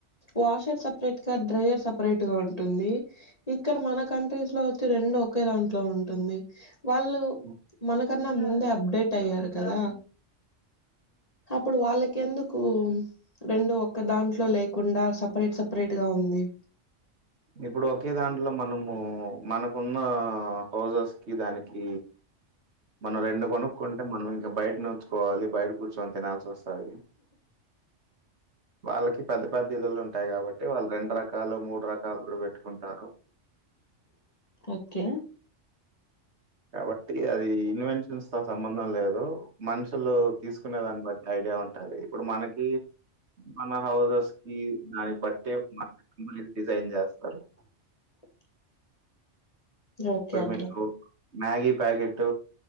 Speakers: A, on the left; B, on the right.
A: వాషర్ సపరేట్ గా డ్రయర్ సపరేట్ గా ఉంటుంది కానీ ఇక్కడ మన కంట్రీస్ లో వచ్చి రెండు ఒకే దాంట్లో ఉంటుంది హు వాళ్ళు
B: కదా
A: మనకన్నా ముందే అప్డేట్ అయ్యారు కదా అప్పుడు వాళ్ళకి ఎందుకు రెండు ఒక్క దాంట్లో లేకుండా సపరేట్ సపరేట్ గా ఉంది <inaudible>
B: ఇప్పుడు ఒకే దాంట్లో మనము మనకున్న హౌసెస్ కి దానికి మనం రెండు కొనుక్కుంటే మనం ఇంకా బయట నిల్చుకోవాలి కూర్చొని తినాల్సి వస్తుంది ఉంటాయి వాళ్ళకి పెద్ద పెద్ద ఇల్లులు ఉంటాయి కాబట్టి అంటే వాళ్ళు రెండు రకాలు మూడు రకాలు కూడా పెట్టుకుంటారు
A: ఓకే.
B: కాబట్టి అది ఇన్వెన్షన్స్ తో సంబంధం లేదు మనుషులు తీసుకునే దాన్ని బట్టి ఐడియా ఉంటుంది ఇప్పుడు మనకి మన హౌసెస్ కి దాన్ని బట్టే మన డిజైన్ చేస్తారు
A: <inaudible> <unintelligible> ఓకే
B: ఇప్పుడు
A: అండి
B: మీకు మ్యాగీ ప్యాకెట్